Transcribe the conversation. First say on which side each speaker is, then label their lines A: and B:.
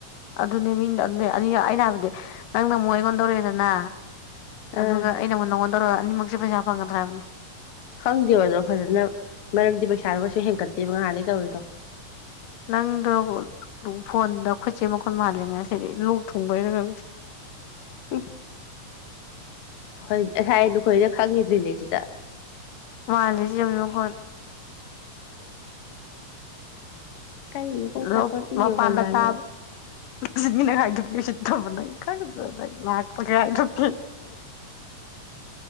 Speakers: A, on the left; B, on the left.
A: ꯑꯗꯨꯅꯦ ꯃꯤꯡ ꯑꯅꯤ ꯑꯩꯅ ꯍꯥꯏꯕꯗꯤ ꯅꯪꯅ ꯃꯣꯏ ꯍꯉꯣꯟꯗꯧꯔꯛꯑꯦꯗꯅ ꯑꯗꯨꯒ
B: ꯑꯥ
A: ꯑ ꯅ ꯑꯃꯛ ꯅꯪꯉꯣꯟꯗ ꯑꯅꯤꯃꯛꯁꯦ ꯄꯩꯁꯥ ꯐꯪꯒꯗ꯭ꯔꯕꯅꯤ
B: ꯈꯪꯗꯦꯕ ꯑꯗꯣ ꯐꯖꯅ ꯃꯔꯝꯗꯤ ꯄꯩꯁꯥꯗꯣ ꯀꯩꯁꯨ ꯍꯦꯟꯀꯠꯇꯦꯕ ꯉꯥꯏꯍꯥꯟꯗꯒꯤꯩ ꯇꯧꯔꯤꯗꯣ
A: ꯅꯪꯗꯣ ꯐꯣꯟꯗ ꯈꯨꯠꯁꯦ ꯃꯈꯣꯟ ꯃꯥꯜꯂꯤꯉ ꯁꯤꯗꯤ ꯂꯣꯛ ꯊꯨꯡꯕꯣꯏꯔꯒ
B: ꯎ ꯍꯣꯏ ꯉꯁꯥꯏ ꯅꯈꯣꯏꯅ ꯈꯪꯉꯗ꯭ꯔꯤꯅꯦ ꯁꯤꯗ
A: ꯃꯥꯂꯦꯂꯣꯣ
B: ꯀ ꯀ
A: ꯑꯗꯣ
B: ꯆ ꯀ ꯄꯤ
A: ꯃꯄꯥꯟꯗ
B: ꯍꯜꯚꯕ
A: ꯇꯥꯕ ꯎꯆꯤꯟꯒꯤ ꯅꯪ ꯍꯥꯏꯗꯣꯛꯀꯦ ꯎꯁꯤꯠꯇꯕ ꯅꯪ ꯈꯪꯗ꯭ꯔ ꯅꯪ ꯂꯥꯛꯄꯒ ꯍꯥꯏꯗꯣꯛꯀꯦ